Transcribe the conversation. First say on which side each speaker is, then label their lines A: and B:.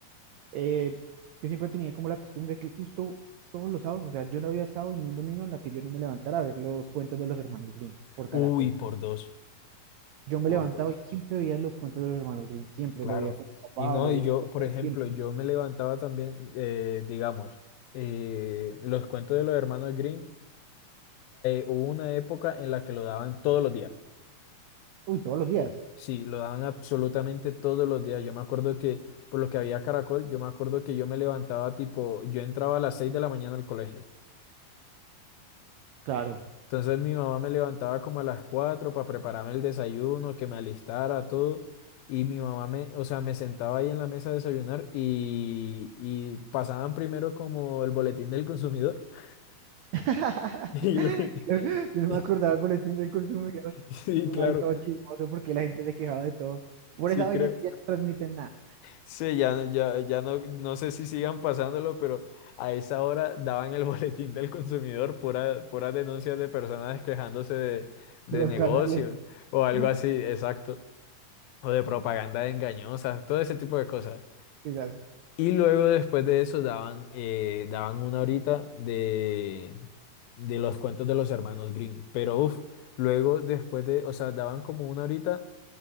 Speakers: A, on the right; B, on the left.
A: Eh, yo siempre tenía como la costumbre que justo todos los sábados, o sea, yo no había sábado ni un domingo en la que yo no me levantara a ver los cuentos de los hermanos Green por
B: Uy,
A: Caracol.
B: por dos,
A: Yo me
B: por
A: levantaba
B: dos,
A: y siempre veía los cuentos de los hermanos Grimm, siempre
B: claro.
A: lo veía con mi papá,
B: Y no,
A: lo
B: y
A: veía
B: yo,
A: solo,
B: por
A: pero
B: ejemplo,
A: siempre.
B: yo me levantaba también, eh, digamos, eh, los cuentos de los hermanos Green hubo una época en la que lo daban todos los días.
A: Uy, todos los días,
B: Sí, lo daban absolutamente todos los días. Yo me acuerdo que, por lo que había Caracol, yo me acuerdo que yo me levantaba tipo, yo entraba a las seis de la mañana al colegio.
A: claro.
B: Entonces mi mamá me levantaba como a las 4 para prepararme el desayuno, que me alistara, todo. Y mi mamá me, o sea, me sentaba ahí en la mesa a desayunar y, y pasaban primero como el boletín del consumidor. <laughs>
A: <laughs>
B: Y, lo- <laughs>
A: Yo no me acordaba del boletín del consumidor.
B: sí,
A: uno
B: claro,
A: ahí todo chismoso porque la gente se quejaba de todo. Por
B: sí
A: esa vaina
B: creo.
A: es que ya no transmiten nada
B: Sí, ya, no- ya, ya no, no sé si sigan pasándolo, pero a esa hora daban el <laughs> boletín del consumidor, pura, puras denuncias de personas quejándose de, de
A: de los
B: negocios
A: canales.
B: o algo
A: <laughs>
B: así, exacto. o de propaganda engañosa todo ese tipo de cosas.
A: Quizás.
B: Y luego después de eso daban, eh, daban una horita de, de los cuentos de los hermanos Green Pero uff, luego después de, o sea, daban como una horita